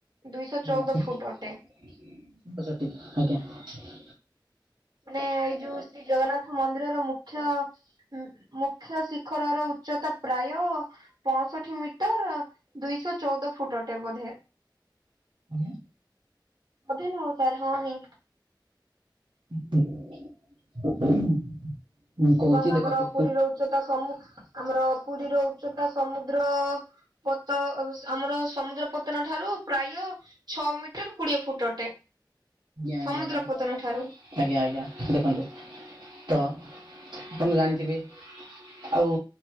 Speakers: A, on the right; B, on the right.
A: ଦୁଇଶହ
B: <inaudible>
A: ଚଉଦ ଫୁଟ ଅଟେ
B: ଆଜ୍ଞା।
A: ମାନେ ଏଇ ଯୋଉ ଶ୍ରୀଜଗନ୍ନାଥ ମନ୍ଦିରର ମୁଖ୍ୟ ଉମ୍ ମୁଖ୍ୟ ଶିଖରର ଉଚ୍ଚତା ପ୍ରାୟ ପଅଁଷଠି ମିଟର, ଦୁଇଶହ ଚଉଦ ଫୁଟ ଅଟେ ବୋଧେ?
B: ଆଜ୍ଞା?
A: ଅଭି ନୁହଁ ସାର୍ ହଁ ହିଁ।
B: <inaudible> କହୁଛି
A: ଏବଂ ଆମର
B: ଦେଖନ୍ତୁ
A: ପୁରୀର ଉଚ୍ଚତା ସମୁ ଆମର ପୁରୀର ଉଚ୍ଚତା ସମୁଦ୍ର ପତ ଅବ ଆମର ସମୁଦ୍ର ପତନ ଠାରୁ ପ୍ରାୟ ଛଅ ମିଟର, କୋଡିଏ ଫୁଟ ଅଟେ।
B: ଆଜ୍ଞା,
A: ସମୁଦ୍ର
B: ଆଜ୍ଞା,
A: ପତନ ଠାରୁ
B: ଆଜ୍ଞା, ଆଜ୍ଞା, ଆଜ୍ଞା। ଦେଖନ୍ତୁ ତ ଆପଣ ଜାଣିଥିବେ ଆଉ